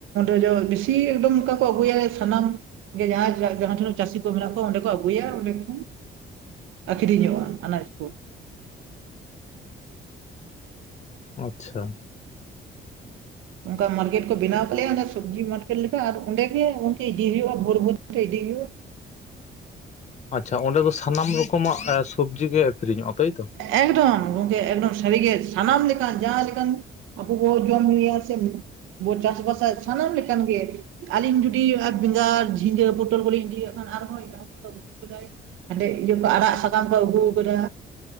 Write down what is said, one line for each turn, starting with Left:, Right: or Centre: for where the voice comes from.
Right: <unintelligible> ᱵᱮᱥᱤ ᱮᱠᱰᱚᱢ ᱚᱱᱠᱟ ᱠᱚ ᱟᱹᱜᱩᱭᱟ ᱥᱟᱱᱟᱢ? <unintelligible> ᱡᱟᱦᱟᱸᱭ ᱡᱟᱦᱟᱸ ᱴᱷᱮᱱᱟᱜ ᱪᱟᱹᱥᱤ ᱠᱚ ᱢᱮᱱᱟᱜ ᱠᱚᱣᱟ ᱚᱸᱰᱮ ᱠᱚ ᱟᱜᱩᱼᱼ <unintelligible> ᱟᱹᱠᱷᱨᱤᱧᱚᱜᱼᱟ ᱟᱱᱟᱡ ᱠᱚ᱾
Left: ᱟᱪᱪᱷᱟ᱾
Right: ᱚᱱᱠᱟ ᱢᱟᱨᱠᱮᱴ ᱠᱚ ᱵᱮᱱᱟᱣ ᱟᱠᱟᱜ ᱞᱮᱭᱟ ᱚᱱᱟ ᱥᱚᱵᱽᱡᱤ ᱢᱟᱨᱠᱮᱴ ᱞᱮᱠᱟ ᱟᱨ ᱚᱸᱰᱮᱜ ᱜᱮ ᱜᱚᱝᱠᱮ ᱤᱫᱤ ᱦᱩᱭᱩᱜᱼᱟ, ᱵᱷᱳᱨ ᱵᱷᱳᱨ ᱛᱮ ᱤᱫᱤ ᱦᱩᱭᱩᱜᱼᱟ᱾
Left: ᱟᱪᱪᱷᱟ ᱚᱸᱰᱮ ᱫᱚ ᱥᱟᱱᱟᱢ ᱨᱚᱠᱚᱢᱟᱜ ᱥᱚᱵᱡᱤ ᱜᱮ ᱟᱠᱷᱨᱤᱧᱚᱜᱼᱟ ᱛᱟᱹᱭᱛᱚ᱾
Right: ᱮᱠᱰᱚᱢ ᱜᱚᱝᱠᱮ ᱮᱠᱰᱚᱢ ᱥᱟᱹᱨᱤᱜᱮ ᱥᱟᱱᱟᱢ ᱞᱮᱠᱟᱱ ᱡᱟᱦᱟᱸ ᱞᱮᱠᱟᱱ ᱼᱼ ᱟᱵᱚ ᱵᱚ ᱡᱚᱢ ᱧᱩᱭᱟ ᱥᱮ ᱵᱚ ᱪᱟᱥ ᱵᱟᱥᱟ ᱥᱟᱱᱟᱢ ᱞᱮᱠᱟᱱ ᱜᱮ᱾ ᱟᱹᱞᱤᱧ ᱡᱩᱰᱤ ᱵᱮᱸᱜᱟᱲ ᱡᱷᱤᱸᱜᱟᱹ ᱯᱚᱴᱚᱞ ᱠᱚ ᱞᱤᱧ ᱤᱫᱤ ᱠᱟᱜ ᱠᱷᱟᱱ ᱟᱨᱦᱚᱸ ᱮᱴᱟᱜ ᱦᱟᱸᱰᱮ ᱤᱭᱟᱹ ᱠᱚ ᱟᱨᱟᱜ ᱥᱟᱠᱟᱢ ᱠᱚ ᱟᱹᱜᱩ ᱟᱠᱟᱰᱟ᱾